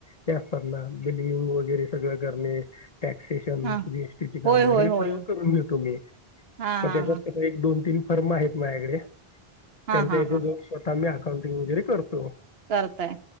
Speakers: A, on the left (about 40°); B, on the right (about 70°).
A: जे असतातना बिलींग वगैरे सगळ करने. टॅक्स सेशन
B: हा
A: जीरासटी ची काम
B: होय होय
A: ही
B: होय
A: सर्व करून घेतो मी
B: हा
A: पण
B: हा
A: त्याच्यात
B: हा
A: कस एक दोन तीन पर माहीत माह्याकडे.
B: हा
A: त्यांच्या
B: हा
A: हिते
B: हा
A: जो स्वता मी हात अकाउंटिंग वगैरे करतो
B: करताय